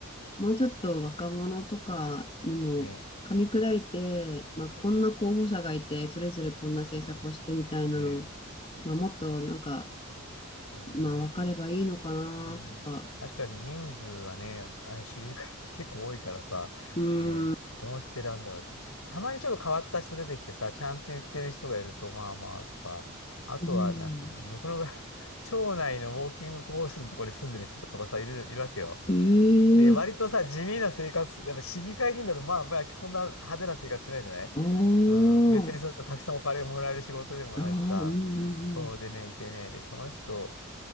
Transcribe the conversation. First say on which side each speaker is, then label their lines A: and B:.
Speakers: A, on the left; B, on the left.
A: もうちょっと若者とかにも噛み砕いて、
B: ね
A: まあ、こんな候補者がいてそれぞれこんな政策をしてみたいなの、
B: ねね
A: まあ、もっとなんか、
B: そうね。
A: まあ、分かればいいのかなとか。
B: うん。確かに人数がね、あれ、市議会って <laughs> 結構多いからさ、
A: うーん。
B: ねどの人選んだらって。たまにちょっと変わった人出てきてさ、ちゃんと言ってる人がいると、まあまあとか、あとは、
A: うん。
B: なんていうの、僕の場合、<laughs> 町内のウォーキングコースのところに住んでる人とかさ、いる、いるわけよ。
A: ええ
B: で、割とさ、地味な生活、やっぱ市議会議員だと、まあ、まあ、そんな派手な生活しないじゃない
A: ああ。
B: うん、別にそんなたくさんお金をもらえる仕事でもないしさ、
A: あーうんうんうん。
B: そうでね、いてね、で、その人、